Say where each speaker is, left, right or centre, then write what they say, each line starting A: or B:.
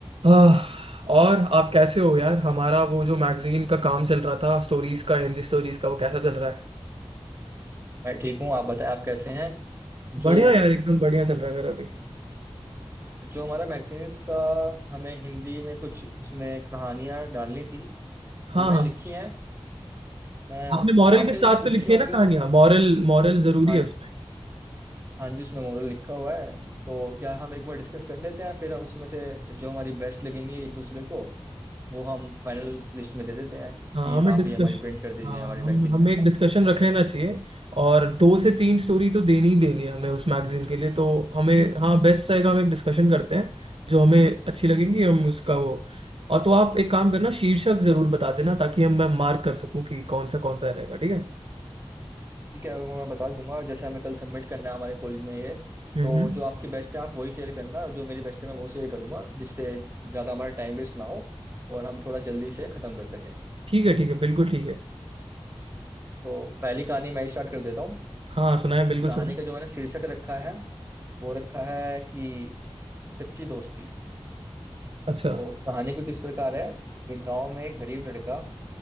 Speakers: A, on the right; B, on the right.
A: आह, और आप कैसे हो यार हमारा वो जो मैगजीन का काम चल रहा था स्टोरीज का हिंदी स्टोरीज का वो कैसा चल रहा है
B: मैं ठीक हूँ आप बताएं आप कैसे हैं
A: बढ़िया
B: जो
A: यार एकदम बढ़िया चल रहा है मेरा अभी
B: जो हमारा मैगजीन्स का हमें हिंदी में कुछ उसमें कहानियां डालनी थी
A: हाँ
B: वो मैंने
A: हाँ
B: लिखी हैं मैं
A: आपने मॉरल
B: आपने
A: के साथ
B: भी कुछ लिखी
A: तो लिखी
B: होंगी
A: है ना कहानियां मॉरल मॉरल जरूरी
B: हाँ
A: है उसमें
B: हाँ जी उसमें मोरल लिखा हुआ है तो क्या हम एक बार डिस्कस कर लेते हैं फिर हम उसमें से जो हमारी बेस्ट लगेंगी एक दूसरे को वो हम फाइनल लिस्ट में दे देते हैं कि
A: हाँ हमें
B: आप
A: डिस्कशन
B: ये हमारी प्रिंट कर दीजिए
A: हाँ
B: हमारे
A: हम
B: मैगजीन
A: हमें
B: में
A: एक डिस्कशन रख लेना चाहिए और दो से तीन स्टोरी तो देनी ही देनी है हमें उस मैगजीन के लिए तो हमें हाँ बेस्ट रहेगा हम एक डिस्कशन करते हैं जो हमें अच्छी लगेंगी हम उसका वो और तो आप एक काम करना शीर्षक जरूर बता देना ताकि हम मैं मार्क कर सकूं कि कौन सा कौन सा रहेगा ठीक है
B: ठीक है वो मैं बता दूंगा जैसे हमें कल सबमिट करना है हमारे कॉलेज में ये
A: हम्म
B: तो
A: हम्म।
B: जो आपकी बेस्ट है आप वही शेयर करना और जो मेरी बेस्ट है मैं वो शेयर करूंगा जिससे ज़्यादा हमारा टाइम वेस्ट ना हो और हम थोड़ा जल्दी से ख़त्म कर सकें
A: ठीक है ठीक है बिल्कुल ठीक है
B: तो पहली कहानी मैं स्टार्ट कर देता हूँ
A: हाँ सुनाए बिल्कुल
B: कहानी
A: सुनाए
B: का जो मैंने शीर्षक रखा है वो रखा है कि सच्ची दोस्ती
A: अच्छा
B: तो कहानी कुछ इस प्रकार है एक गाँव में एक गरीब लड़का